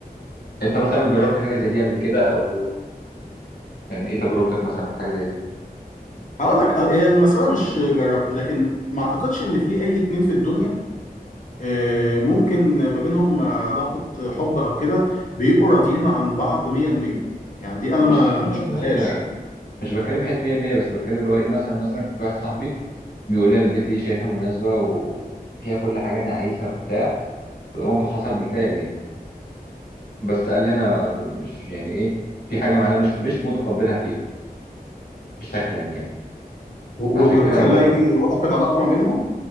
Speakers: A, on the left (about 80°); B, on the left (about 55°).
A: انت مثلا جربت حاجه زي دي قبل كده او كان ايه تجربتك مثلا في حاجه زي دي
B: هقول لك آه، هي المسألة مش جربت لكن ما اعتقدش ان في اي اتنين في الدنيا آه، ممكن ما بينهم علاقة حب او كده بيبقوا راضيين عن بعض 100% يعني دي انا
A: مش
B: ما
A: 100%
B: ما شفتهاش
A: مش بتكلم في حته 100% بس بتكلم اللي هو ايه مثلا مثلا كان في واحد صاحبي بيقول لي انا البت دي شايفها مناسبه وفيها كل حاجه انا عايزها وبتاع وده موقف حصل بالفعل يعني بس قال لي انا مش يعني ايه في حاجه معينه مش مش متقبلها فيها في شكلا يعني
B: و- و-
A: فعشان
B: وده
A: كده
B: خلاني
A: اه هو
B: يوقف العلاقة ما بينهم